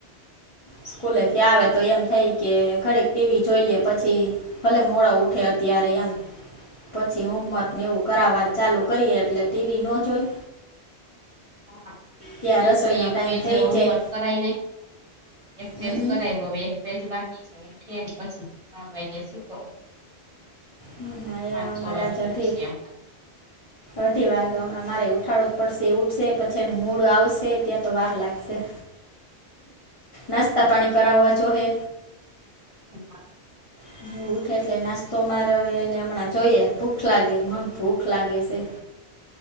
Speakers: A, on the left; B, on the right.
A: સ્કૂલે થી આવે તો એમ થઈ કે ખડીક ટીવી જોઈ લે પછી ભલે મોડા ઉઠે અત્યારે એમ પછી હોમવર્કને એવું કરાવવાનું ચાલુ કરીએ એટલે ટીવી ન જોઈ.
B: હા
A: ત્યાં
B: એ
A: રસોઈનો
B: જો એક
A: ટાઈમ
B: પેજ
A: થઈ
B: હું
A: જાય
B: કરાવ ન એક
A: હમ,
B: પેજ કરાયું હવે એક બે જ બાકી છે. ઉઠીયે ને પછી ત્રણ વાગ્યા સુતો.
A: હમ ના એ
B: પાંચ
A: અમારા
B: છ વાગે
A: જ અઢી
B: ઉઠ છે એમ.
A: અઢી વાગે હમણાં મારે ઉઠાડવો જ પડશે ઉઠશે પછી એ મૂડ આવશે ત્યાં તો વાર લાગશે. નાસ્તા પાણી કરાવવા જો હે.
B: હચા <inaudible>
A: હ <inaudible> હ ઉઠે એટલે નાસ્તો મારવે એને હમણાં જોઈએ ભૂખ લાગે, મને ભૂખ લાગે,, પઠ <inaudible>